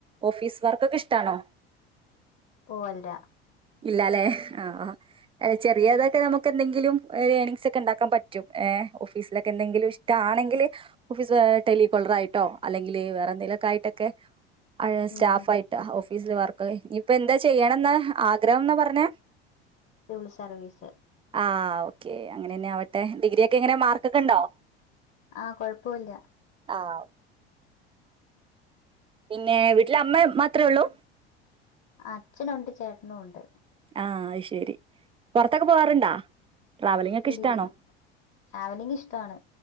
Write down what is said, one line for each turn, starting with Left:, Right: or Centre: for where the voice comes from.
Right: ഓഫീസ് വർക്കൊക്കെ ഇഷ്ടണോ?
Left: ഓഹ് അല്ല
Right: ഇല്ലാലേ ആഹ് ആഹ് ചെറിയതൊക്കെ നമുക്കെന്തങ്കിലും ഒര് എണിംഗങ്സൊക്കെ ഇണ്ടാക്കാൻ പറ്റും ഏ ഓഫീസിലൊക്കെ എന്തെങ്കിലും ആണെങ്കില് ഓഫീസ് ഏ ടെലികോളറായിട്ടോ അല്ലെങ്കില് വേറെന്തേലൊക്കെ ആയിട്ടൊക്കെ അവ്ടെ സ്റ്റാഫായിട്ടാ
Left: ഉം
Right: ഓഫീസില് വർക്കർ ഇനിയിപ്പൊ എന്താ ചെയ്യണന്നാ ആഗ്രഹംന്നാ പറഞ്ഞെ?
Left: സിവിൽ സർവീസ്
Right: ആഹ് ഓക്കെ അങ്ങനെന്നെ ആവട്ടെ ഡിഗ്രി ക്കെ എങ്ങനെ മാർക്കൊക്കെ ഇണ്ടോ
Left: ആഹ് കൊഴപ്പവില്ല
Right: ആഹ് പിന്നെ വീട്ടില് അമ്മ മാത്രേ ഒള്ളൂ
Left: അച്ഛനുണ്ട് ചേട്ടനും ഉണ്ട്
Right: ആഹ് അത് ശരി പൊറത്തൊക്കെ പോവാറ്ണ്ടോ? ട്രാവലിംങൊക്കെ
Left: ഇല്ല
Right: ഇഷ്ടാണോ?
Left: ട്രാവലിംഗ് ഇഷ്ടാണ്